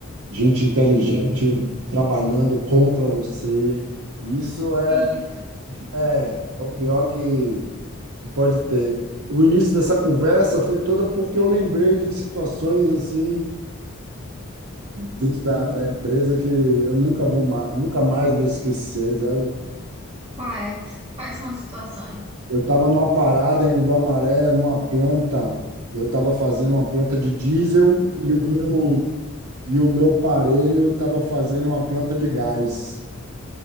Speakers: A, on the right; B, on the right.
A: gente inteligente trabalhando contra você. Isso é,
B: Que isso?
A: é, é o pior que que pode ter. O início dessa conversa foi toda porque eu lembrei de situações assim dentro da, da empresa que eu nunca vou mais, nunca mais vou esquecer, sabe?
B: Quais? Quais são as situações?
A: Eu estava numa parada em Guamaré, numa planta, eu estava fazendo uma planta de diesel e o meu, e o meu parelho estava fazendo uma planta de gás.